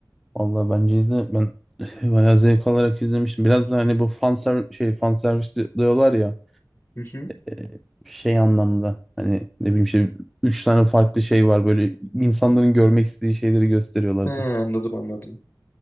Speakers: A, in the centre; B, on the left (about 20°).
A: Vallahi bence izle ben <laughs> bayağı zevk alarak izlemiştim. Biraz da hani bu fan ser şey fan servis diyorlar ya
B: Hı hı.
A: e, şey anlamda hani ne bileyim şey üç tane farklı şey var böyle insanların görmek istediği şeyleri gösteriyorlardı.
B: He, anladım anladım.